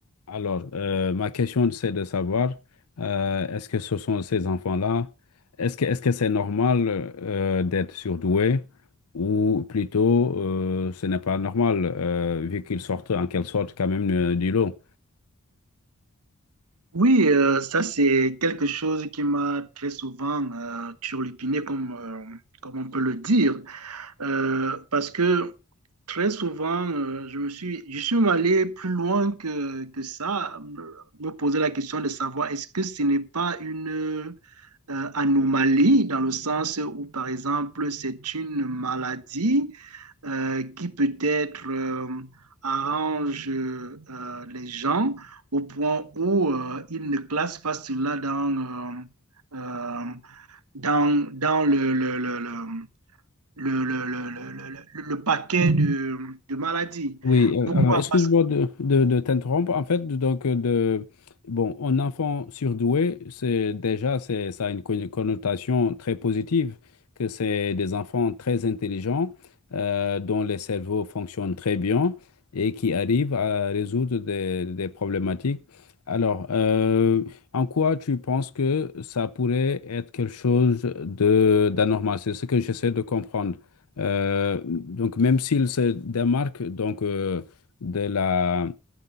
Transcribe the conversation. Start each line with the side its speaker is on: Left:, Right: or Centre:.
Left: Alors, euh, ma question, c'est de savoir, euh, est-ce que ce sont ces enfants-là, est-ce que, est-ce que c'est normal euh, d'être surdoué ou plutôt euh, ce n'est pas normal euh, vu qu'ils sortent en quelque sorte quand même euh, du lot?
Right: Oui, euh, ça c'est quelque chose qui m'a très souvent euh, turlupiné, comme, euh, comme on peut le dire, Euh, parce que très souvent, euh, je me suis, je suis même allé plus loin que, que ça, me me poser la question de savoir est-ce que ce n'est pas une euh, anomalie dans le sens où, par exemple, c'est une maladie euh, qui peut-être euh, arrange euh, les gens au point où euh, ils ne classent pas cela dans, euh, euh, dans, dans le, le, le, le, le, le, le, le, le- le- paquet de, de maladies.
Left: Oui, euh,
Right: Pourquoi?
Left: alors excuse-moi
Right: Parce
Left: de, de, de t'interrompre. En fait, donc, euh, de, bon, un enfant surdoué, c'est déjà, c'est, ça a une conno- connotation très positive, que c'est des enfants très intelligents, euh, dont les cerveaux fonctionnent très bien et qui arrivent à résoudre des, des problématiques. Alors, euh, en quoi tu penses que ça pourrait être quelque chose de d'anormal? C'est ce que j'essaie de comprendre. Euh, donc, même s'il se démarque donc, euh, de la,